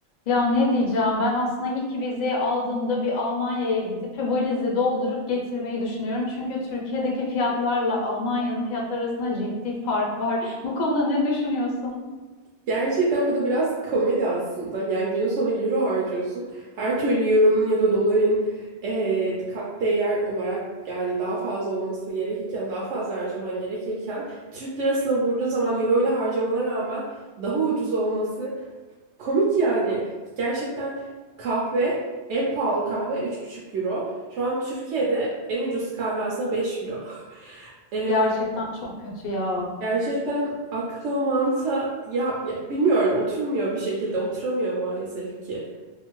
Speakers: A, on the left; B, on the right.
A: Ya ne diyeceğim ben aslında ilk vizeyi aldığımda bir Almanya'ya gidip valizi doldurup getirmeyi düşünüyorum. Çünkü Türkiye'deki fiyatlarla Almanya'nın fiyatları arasında ciddi fark var. Bu konuda ne düşünüyorsun?
B: Gerçekten bu da biraz komedi aslında. Yani günün sonu euro harcıyorsun. Her türlü euronun ya da doların eee kat değer olarak yani daha fazla olması gerekirken, daha fazla harcaman gerekirken Türk lirasına vurduğun zaman euro ile harcamana rağmen daha ucuz olması komik yani. Gerçekten kahve en pahalı kahve üç buçuk euro. Şu an Türkiye'de en ucuz kahve aslında 5 euro. <laughs>
A: Gerçekten çok kötü ya.
B: Gerçekten akla mantığa ya, ya bilmiyorum oturmuyor bir şekilde oturamıyor maalesef ki.